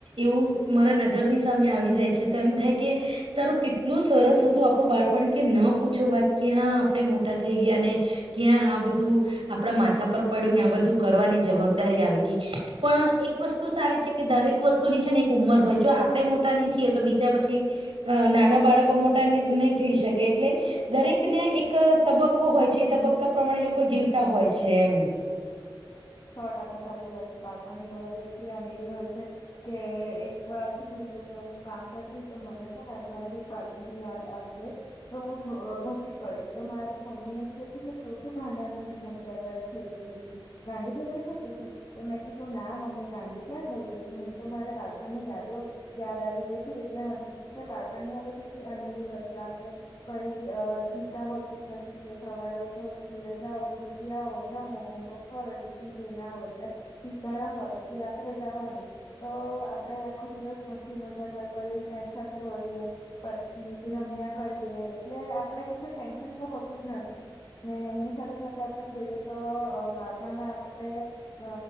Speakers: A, on the right; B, on the left.
A: એવું મારા નજરની સામે આવી જાય છે, તો એમ થાય કે સારું કેટલું સરસ હતું આપડું બાળ પણ કે ન પૂછો વાત, ક્યાં આપણેે મોટા થઈ ગયા, ને ક્યાં આ બધું આપડા માથા પર પડ્યું ને આ બધું કરવાની જવાબદારી આવી ગઈ, પણ એક વસ્તુ સારી છે કે દરેક વસ્તુની છે ને એક ઉંમર હોય, જો આપણેે મોટા નઈ થઈએ તો બીજા પછી અ નાના બાળકો મોટા ને નહી થઈ શકે એટલે દરેક ને એક તબક્કો હોય છે, એ તબક્કા પ્રમાણે લોકો જીવતા હોય છે એમ
B: સો ટકા સાચી વાત છે, બાળપણ ની યાદો તો આટલી અનેરી હોય છે. કે એક વાર શું લીધુ તો કે હું કામ કરી તો મને છે, ને અચાનક એક બાળપણની યાદ આવી ગઈ. તો હું છું અ હસી પડી તો મારી મમ્મી એમ કે છે, કે તું શું ગાંડાની જેમ હસ્યા કરે છે, એકલી-એકલી ગાંડી થઈ ગઈ છે કે શું? તો મેં કીધું ના મમ્મી ગાંડી ક્યાં થઈ ગઈ છું, હું તો મારે બાળપણની યાદો યાદ આવી ગઈ હતી, એટલે હસ્તી કે બાળપણ ની યાદો કેટલી અનેરી હોય છે આપડે કઈ અ ચિંતા હોતી જ નથી, કે સવારે ઉઠો સ્કૂલે જાઓ સ્કૂલ થી આવો, જમો હોમવર્ક કરો, ટ્યુશન જઈ ને આવો એટલે સીધા રમવા, પછી રાત્રે જવાનું તો આપડે આખો દિવસ મસ્તી મજાક જ કરીએ, ફ્રેન્ડ સાથે હોઈએ. પછી રમ્યા કરીએ, એટલે આપડે કશું ટેન્શન તો હોતું જ નથી. ને એની સાથે-સાથે આપણે જોઈએ તો, બાળપણમાં આપણે અ